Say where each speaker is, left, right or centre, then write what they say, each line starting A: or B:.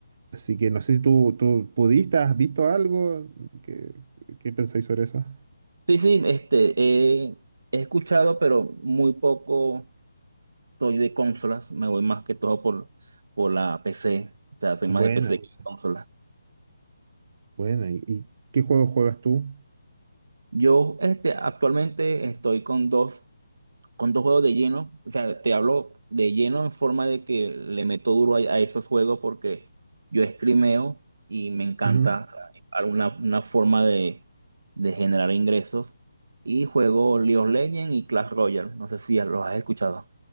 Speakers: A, on the right; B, on the right.
A: Así que no sé si tú, tú pudiste, has visto algo. ¿Qué, qué pensáis sobre eso?
B: Sí, sí, este, eh, he escuchado, pero muy poco soy de consolas. Me voy más que todo por, por la PC. O sea, soy más
A: Buena,
B: de PC
A: buena,
B: que de consolas.
A: buena. ¿Y, y qué juego juegas tú?
B: Yo, este, actualmente estoy con dos con dos juegos de lleno, o sea, te hablo de lleno en forma de que le meto duro a, a esos juegos porque yo streameo y me encanta
A: Ujú.
B: alguna una forma de, de generar ingresos. Y juego League of Legends y Clash Royale, no sé si los has escuchado.